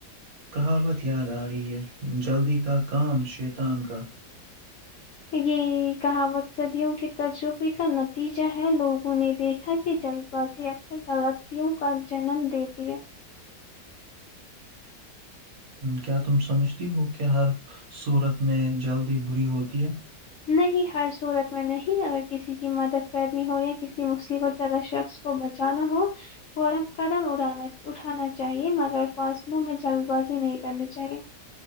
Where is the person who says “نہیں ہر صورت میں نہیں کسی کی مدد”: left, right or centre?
Left